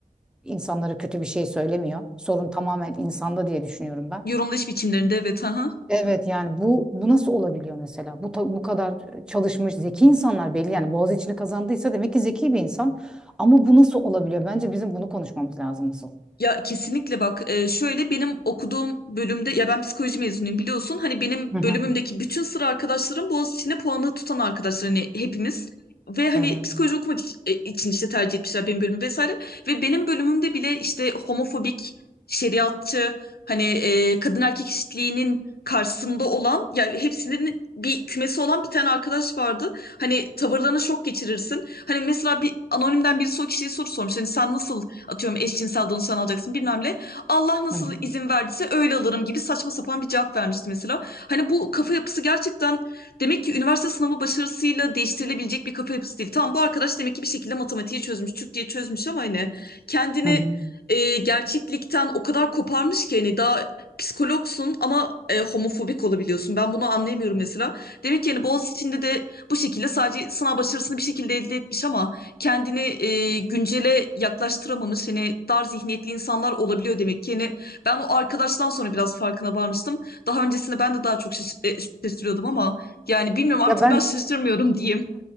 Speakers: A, in the centre; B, on the left.
A: insanlara kötü bir şey söylemiyor. Sorun tamamen insanda diye düşünüyorum ben.
B: Yorumlayış biçimlerinde evet. hı hı.
A: Evet yani bu bu nasıl olabiliyor mesela? Bu ta- bu kadar çalışmış zeki insanlar belli yani Boğaziçi'ni kazandıysa demek ki zeki bir insan. Ama bu nasıl olabiliyor? Bence bizim bunu konuşmamız lazım asıl.
B: Ya kesinlikle bak e, şöyle benim okuduğum bölümde ya ben psikoloji mezunuyum biliyorsun hani benim
A: Hı hı.
B: bölümümdeki bütün sıra arkadaşlarım Boğaziçi'nde puanı tutan arkadaşlar hani hepimiz ve hani
A: Hı hı.
B: psikoloji okumak iç- e, için işte tercih etmişler benim bölümü vesaire ve benim bölümümde bile işte homofobik şeriatçı hani e, kadın erkek eşitliğinin karşısında olan yani hepsinin bir kümesi olan bir tane arkadaş vardı. Hani tavırlarına şok geçirirsin. Hani mesela bir anonimden birisi o kişiye soru sormuş. Hani sen nasıl Atıyorum eşcinsel danışan alacaksın bilmem ne. Allah nasıl
A: Hı hı.
B: izin verdiyse öyle alırım gibi saçma sapan bir cevap vermişti mesela. Hani bu kafa yapısı gerçekten demek ki üniversite sınavı başarısıyla değiştirilebilecek bir kafa yapısı değil. Tamam bu arkadaş demek ki bir şekilde matematiği çözmüş, Türkçeyi çözmüş ama hani kendini
A: Hı hı.
B: e, gerçeklikten o kadar koparmış ki hani daha psikologsun ama e, homofobik olabiliyorsun. Ben bunu anlayamıyorum mesela. Demek ki yani Boğaziçi'nde de bu şekilde sadece sınav başarısını bir şekilde elde etmiş ama kendini e, güncele yaklaştıramamış hani dar zihniyetli insanlar olabiliyor demek ki. Yani ben o arkadaştan sonra biraz farkına varmıştım. Daha öncesinde ben de daha çok şaş- e, şaşırıyordum ama yani bilmiyorum artık
A: Ya ben
B: ben şaşırmıyorum diyeyim.